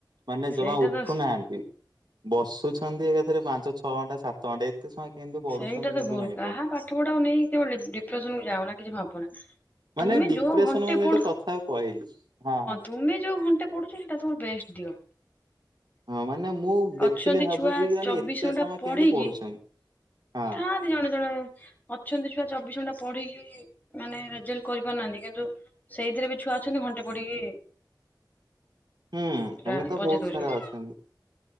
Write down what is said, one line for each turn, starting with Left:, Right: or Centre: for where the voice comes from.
Right: ମାନେ
Left: ସେଇଟା
Right: ଜମା ଉଠୁନାହାନ୍ତି।
Left: ତ
Right: ବସୁଛନ୍ତି ଏକାଥରେ ପାଞ୍ଚ ଛଅ ଘଣ୍ଟା ସାତ ଘଣ୍ଟା ଏତେ ସମୟ କେମତି ପଢୁଛନ୍ତି
Left: ସେଇଟା ତ
Right: ମୁଁ
Left: ଭୁଲ
Right: ବି ଜଣିପାରୁ
Left: କାହା ପାଠ ପଢାକୁ ନେଇକି କେବେ ଡି ଡିପ୍ରେସନକୁ ଯାଅନା କିଛି ଭାବନା
Right: ମାନେ
Left: ତୁମେ
Right: ଡିପ୍ରେସନ
Left: ଯୋଉ ଘଣ୍ଟେ
Right: ମାନେ
Left: ପଢୁ
Right: ଗୋଟେ କଥାକୁ କହିଲି ହଁଁ ହଁ।
Left: ତୁମେ ଯୋଉ ଘଣ୍ଟେ ପଢ଼ୁଚ ସେଇଟା ତମର ବେଷ୍ଟ ଦିଅ।
Right: ହଁ ମାନେ ମୁଁ ଦେଖିଲେ
Left: ଅଛନ୍ତି
Right: ଭାବୁଛି
Left: ଛୁଆ
Right: କି ମାନେ
Left: ଚବିଶ
Right: ଏତେ
Left: ଘଣ୍ଟା
Right: ସମୟ କେମିତି
Left: ପଢିକି
Right: ପଢୁଛନ୍ତି ହଁ।
Left: ଥାଆନ୍ତି ଜଣେ ଜଣେ ଅଛନ୍ତି ଛୁଆ ଚବିଶ ଘଣ୍ଟା ପଢିକି ମାନେ ରେଜଲ୍ଟ କରିପାରୁ ନାହାନ୍ତି କିନ୍ତୁ ସେଇଥିରେ ବି ଛୁଆ ଅଛନ୍ତି ଘଣ୍ଟେ ପଢିକି
Right: ହୁଁ ଏମତି
Left: ପୁରା
Right: ତ
Left: ବଜେଇ
Right: ବୋହୁତ
Left: ଦଉଛନ୍ତି।
Right: ସାରା ଅଛନ୍ତି।